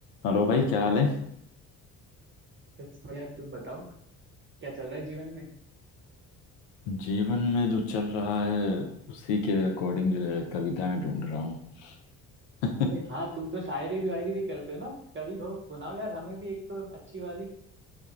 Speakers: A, on the left; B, on the right.
A: Hello भाई क्या हाल है
B: बस बढ़िया तुम बताओ क्या चल रहा है जीवन में
A: जीवन में जो चल रहा है उसी के अकॉर्डिंग जो है कविताएं ढूंढ रहा हूँ <laughs>
B: अरे हाँ तुम तो शायरी भी वायरी भी करते हो ना कभी हो सुनाओ यार हमें भी एक तो अच्छी वाली